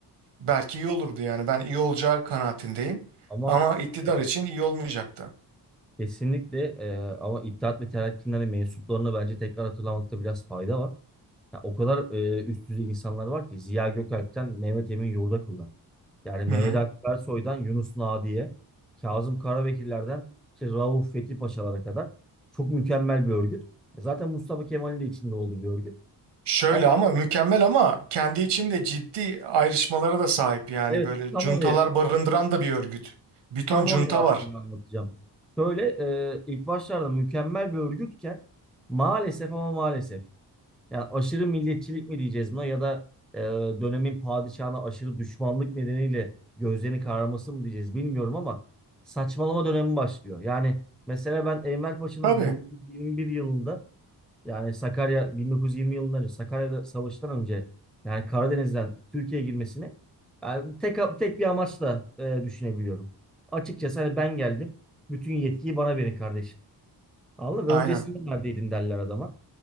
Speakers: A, on the right; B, in the centre.
A: Belki iyi olurdu yani. Ben iyi olacağı kanaatindeyim.
B: ama
A: Ama iktidar
B: şu var.
A: için iyi olmayacaktı.
B: kesinlikle eee, ama İttihat ve Terakki'nin hani mensuplarını bence tekrar hatırlamakta biraz fayda var. Ya o kadar e, üst düzey insanlar var ki Ziya Gökalp'ten Mehmet Emin Yurdakoğlu'na. Yani Mehmet
A: Hı hı.
B: Akif Ersoy'dan Yunus Nadi'ye, Kazım Karabekirler'den işte Rauf Fethi Paşalara kadar çok mükemmel bir örgüt. E Zaten Mustafa Kemal'in de içinde olduğu bir örgüt.
A: Şöyle
B: Ama
A: ama mükemmel ama kendi içinde ciddi ayrışmalara da sahip yani
B: evet
A: böyle
B: tam
A: cuntalar
B: oraya
A: barındıran da bir örgüt. Bir ton
B: tam
A: cunta
B: oraya aslında
A: var.
B: anlatacağım. Şöyle e, ilk başlarda mükemmel bir örgütken maalesef ama maalesef Yani aşırı milliyetçilik mi diyeceğiz buna ya da e, dönemin padişahına aşırı düşmanlık nedeniyle gözlerini kararması mı diyeceğiz bilmiyorum ama saçmalama dönemi başlıyor. Yani mesela ben Enver Paşa'nın
A: Tabii.
B: 1921 yılında yani Sakarya 1920 yılından önce Sakarya'da savaştan önce yani Karadeniz'den Türkiye'ye girmesini yani tek tek bir amaçla e, düşünebiliyorum. Açıkçası hani ben geldim. Bütün yetkiyi bana verin kardeşim. Anladın mı?
A: Aynen.
B: Öncesinde neredeydin derler adama.